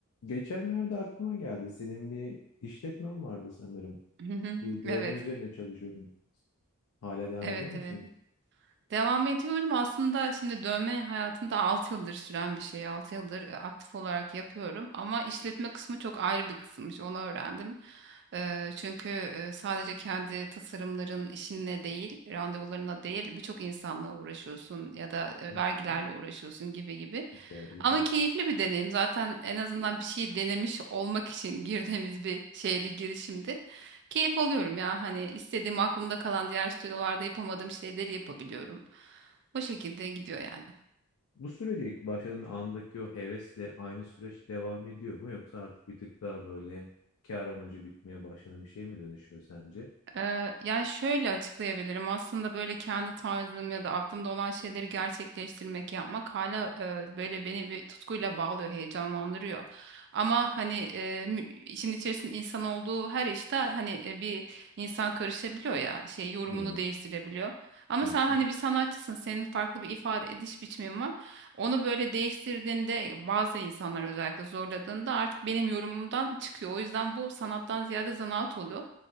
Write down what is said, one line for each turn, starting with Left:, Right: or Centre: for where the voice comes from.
Left: Geçenlerde aklıma geldi. Senin bir işletmen vardı sanırım.
Right: Hı hı.
Left: Bir
Right: Evet,
Left: dövme üzerine çalışıyordun. Hala devam
Right: evet,
Left: ediyor musun?
Right: evet. Devam ediyorum. Aslında şimdi dövme hayatımda 6 yıldır süren bir şey. 6 yıldır e, aktif olarak yapıyorum. Ama işletme kısmı çok ayrı bir kısımmış. Onu öğrendim. Eee, çünkü e, sadece kendi tasarımların işinle değil, randevularına değil, birçok insanla uğraşıyorsun ya da e,
Left: Hı
Right: vergilerle
Left: hı.
Right: uğraşıyorsun gibi gibi.
Left: Ticari.
Right: Ama
Left: hı.
Right: keyifli bir deneyim. Zaten en azından bir şey denemiş olmak için <laughs> girdiğimiz bir şeydi, girişimdi. Keyif alıyorum ya. Hani istediğim aklımda kalan diğer stüdyolarda yapamadığım şeyleri yapabiliyorum. O şekilde gidiyor yani.
Left: Bu sürece ilk başladığın andaki o hevesle aynı süreç devam ediyor mu? Yoksa artık bir tık daha böyle kar amacı gütmeye başlanan bir şey mi dönüşüyor sence?
Right: Ee, yani şöyle açıklayabilirim. Aslında böyle kendi tarzım ya da aklımda olan şeyleri gerçekleştirmek, yapmak hala e, böyle beni bir tutkuyla bağlıyor, heyecanlandırıyor. Ama hani e, mü- işin içerisinde insan olduğu her işte hani e, bir insan karışabiliyor ya, şey yorumunu
Left: Bir
Right: değiştirebiliyor. Ama
Left: Hı
Right: sen
Left: hı.
Right: hani bir sanatçısın, senin farklı bir ifade ediş biçimin var. Onu böyle değiştirdiğinde bazı insanlar özellikle zorladığında artık benim yorumumdan çıkıyor. O yüzden bu sanattan ziyade zanaat oluyor.